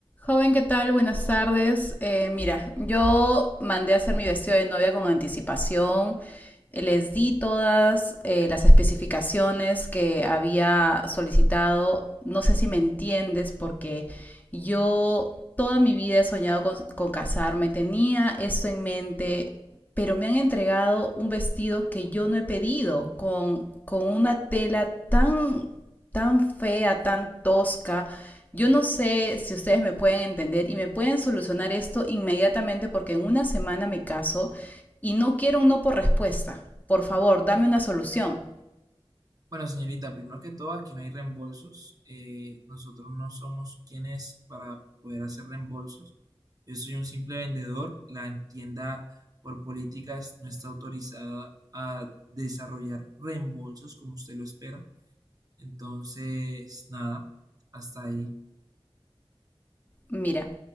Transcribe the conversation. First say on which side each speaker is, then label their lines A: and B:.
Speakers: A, on the left; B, on the right.
A: Joven, ¿qué tal? Buenas tardes. Eh, mira, yo mandé a hacer mi vestido de novia con anticipación. Les di todas eh, las especificaciones que había solicitado. No sé si me entiendes porque yo toda mi vida he soñado con, con casarme. Tenía esto en mente, pero me han entregado un vestido que yo no he pedido con, con una tela tan, tan fea, tan tosca yo no sé si ustedes me pueden entender y me pueden solucionar esto inmediatamente porque en una semana me caso y no quiero un no por respuesta. Por favor, dame una solución.
B: Bueno, señorita, primero que todo, aquí no hay reembolsos. Eh, nosotros no somos quienes para poder hacer reembolsos. Yo soy un simple vendedor. La tienda por políticas no está autorizada a desarrollar reembolsos como usted lo espera. Entonces, nada, hasta ahí.
A: Mira,